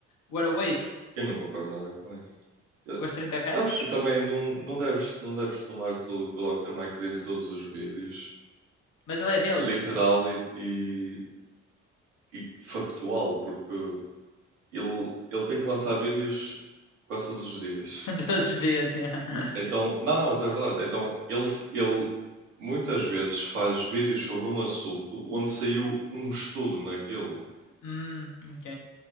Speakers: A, on the left; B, on the right.
A: what a waste.
B: Eu não concordo nada com isso. Eu-
A: Com as trinta
B: sabes
A: reps?
B: que também não, não deves, não deves tomar tudo o que o Dr. Mike diz em todos os vídeos,
A: Mas ele é Deus,
B: literal
A: Igor.
B: e e factual, porque ele, ele tem que lançar vídeos quase todos os dias.
A: <laughs> Todos os dias, yeah. <laughs>
B: Então, não, não, mas é verdade. Então, ele, ele muitas vezes faz vídeos sobre um assunto onde saiu um estudo naquilo.
A: Hum, ok.